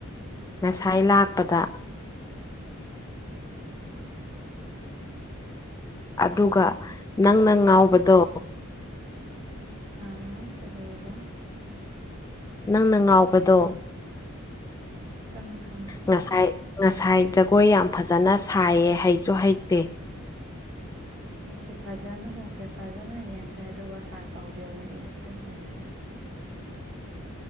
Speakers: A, on the left; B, on the right.
A: ꯉꯁꯥꯏ ꯂꯥꯛꯄꯗ ꯑꯗꯨꯒ ꯅꯪꯅ ꯉꯥꯎꯕꯗꯣ
B: ꯑꯥ ꯀꯩꯗꯧꯔꯕ꯫
A: ꯅꯪꯅ ꯉꯥꯎꯕꯗꯣ
B: ꯈꯪꯉꯦ-ꯈꯪꯉꯦ꯫
A: ꯉꯁꯥꯏ ꯉꯁꯥꯏ ꯖꯒꯣꯏ ꯌꯥꯝ ꯐꯖꯅ ꯁꯥꯏꯌꯦ ꯍꯩꯁꯨ ꯍꯩꯇꯦ꯫
B: ꯑꯩꯁꯨ ꯐꯖꯅ ꯎꯈ꯭ꯔꯦ ꯐꯖꯅ ꯌꯦꯡꯈ꯭ꯔꯦ ꯑꯗꯨꯒ ꯁꯥꯔ ꯄꯥꯎꯗꯦꯜꯅ ꯏꯍꯦꯟꯜ ꯍꯦꯟꯈ꯭ꯔꯦ꯫